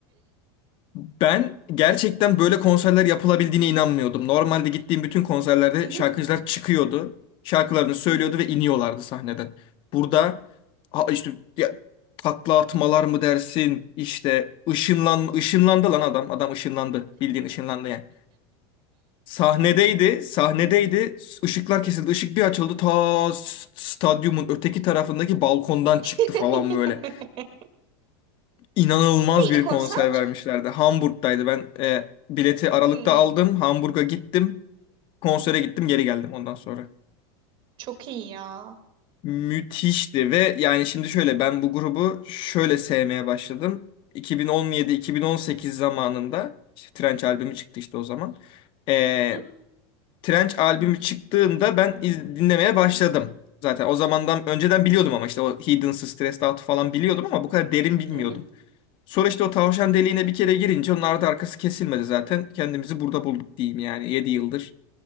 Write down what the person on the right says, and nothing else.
Hı hı,
hı hı.
<laughs>
Neredeydi konser?
Hmm.
Çok iyi ya.
Hı,
hı hı.